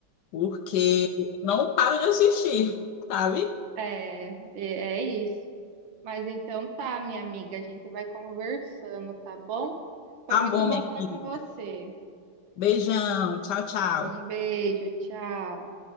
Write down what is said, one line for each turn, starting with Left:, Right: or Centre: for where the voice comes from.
Left: porque não paro de assistir, sabe?
Right: É, é é isso. Mas então tá, minha amiga, a gente vai conversando, tá bom? Foi
Left: Tá
Right: muito
Left: bom,
Right: bom
Left: minha
Right: falar
Left: querida.
Right: com você.
Left: Beijão, tchau, tchau.
Right: Um beijo, tchau.